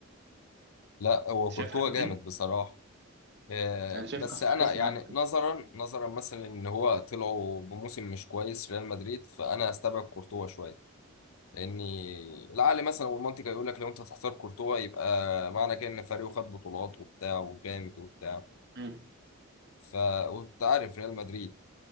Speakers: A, on the left; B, on the right.
A: لا هو
B: أنت
A: كورتوا
B: شايف حاجة
A: جامد
B: تاني؟
A: بصراحة آه
B: أنا شايف
A: بس
B: أحسن
A: أنا
B: حارس
A: يعني
B: في العالم
A: نظرا نظرا مثلا إن هو طلعوا بموسم مش كويس ريال مدريد فأنا أستبعد كورتوا شوية لاني العقل مثلا والمنطق هيقول لك لو انت هتختار كورتوا يبقى معنى كده ان فريقه خد بطولات وبتاع وجامد وبتاع
B: مم.
A: ف وانت عارف ريال مدريد